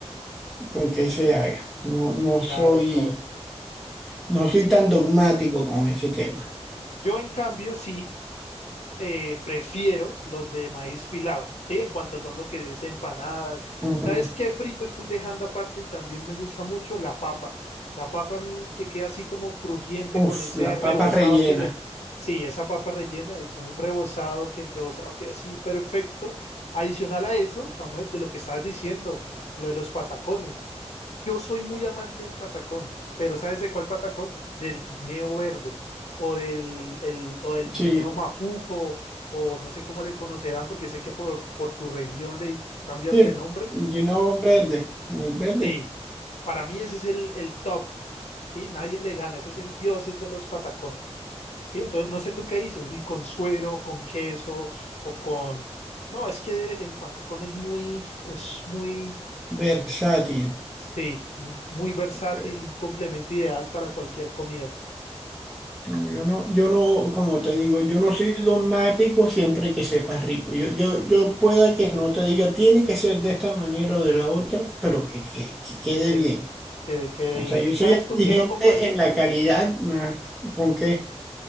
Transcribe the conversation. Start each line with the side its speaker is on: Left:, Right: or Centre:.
Centre: con qué se haga. No, no soy,
Left: Claro, claro.
Centre: no soy tan dogmático con ese tema.
Left: Yo en cambio sí eh, prefiero los de maíz pilado, ¿sí? En cuanto son lo que es empanadas.
Centre: Ajá.
Left: ¿Sabes qué frito estoy dejando aparte y también me gusta mucho? La papa. La papa a mí que queda así como crujiente con
Centre: Uf,
Left: ese
Centre: la
Left: rebozado
Centre: papa rellena.
Left: que le... Sí, esa papa rellena de, con un rebozado, que el rebozado queda así perfecto. Adicional a eso, Samuel, de lo que estabas diciendo, lo de los patacones. Yo soy muy amante del patacón, pero ¿sabes de cuál patacón? Del guineo verde o del, el- o del guineo
Centre: Sí,
Left: mafufo o no sé cómo le conocerán porque sé que por, por tu región le cambian
Centre: sí,
Left: de nombre.
Centre: lleno verde, el verde,
Left: Sí, para mí ese es el, el top, ¿sí? Nadie le gana, ese es el dios es de los patacón. ¿sí? Entonces, no sé tú qué dices, y con suero, con queso o con... No, es que el patacón es muy, es muy
Centre: versátil.
Left: Sí, un- muy versátil,
Centre: Eh,
Left: un complemento ideal para cualquier comida.
Centre: Yo no, yo no, como te digo, yo no soy dogmático siempre que sepas rico. Yo, yo, yo pueda que no te diga, tiene que ser de esta manera o de la otra, pero que, que, que quede
Left: Es,
Centre: bien.
Left: que quede
Centre: O sea,
Left: bien.
Centre: yo
Left: ¿Sabes
Centre: soy exigente
Left: con qué lo acompañé?
Centre: en la calidad, más con qué,